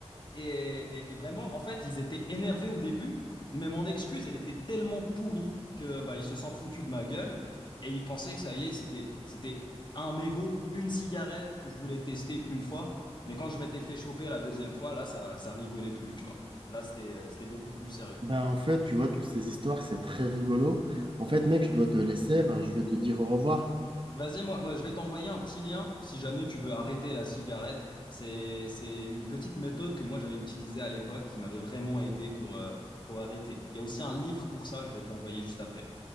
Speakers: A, on the left (about 45°); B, on the right (about 50°).
A: Et, et vraiment, en fait, ils étaient énervés au début, mais mon excuse, elle était tellement pourrie que bah, ils se sont foutus de ma gueule et ils pensaient que ça y est, c'était, c'était un mégot, une cigarette que je voulais tester une fois. Mais quand je m'étais fait choper la deuxième fois, là, ça, ça rigolait plus, tu vois. Là, c'était, euh, c'était beaucoup plus sérieux.
B: bah en fait, tu vois, toutes ces histoires, c'est très rigolo. En fait, mec, je dois te laisser. Ben, je vais te dire au revoir.
A: Vas-y, moi, moi, je vais t'envoyer un petit lien si jamais tu veux arrêter la cigarette. C'est, c'est une petite méthode que moi j'avais utilisée à l'époque qui m'avait vraiment aidé pour, euh, pour arrêter. Il y a aussi un livre pour ça, je vais te l'envoyer juste après.